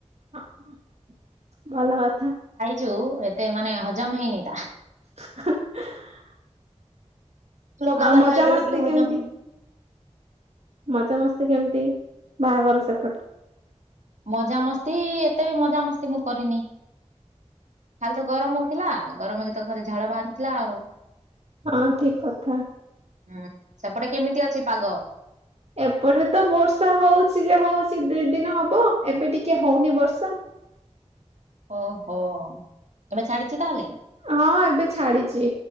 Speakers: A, on the right; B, on the right.
A: ହଁ ଭଲ କଥା।
B: ଯୋଉ ଏତେ ମାନେ ହଜମ ହଇନି ଏଇଟା।
A: <unintelligible>
B: ଲଗାତାର
A: ଆଉ ମଜାମସ୍ତି
B: ଖାଇଦେଲେ ଟିକେ ହଜମ
A: କେମିତି ମଜାମସ୍ତି କେମିତି? ବାହାଘର ସେପଟେ
B: ମଜାମସ୍ତି, ଏତେ ବି ମଜାମସ୍ତି ମୁଁ କରିନି। ଖାଲି ତ ଗରମ ହଉଥିଲା, ଗରମରେ ତ ଖାଲି ଝାଳ ବାହାରୁଥିଲା ଆଉ।
A: ହଁ ଠିକ କଥା।
B: ହୁଁ, ସେପଟେ କେମିତି ଅଛି ପାଗ?
A: ଏପଟେ ତ ବର୍ଷା ହଉଛି ଯେ ହଉଛି ଦି ଦିନ ହବ, ଏବେ ଟିକେ ହଉନି ବର୍ଷା।
B: ଓ ହୋ, ଏବେ ଛାଡିଛି ତାହେଲେ?
A: ହଁ ଏବେ ଛାଡିଛି,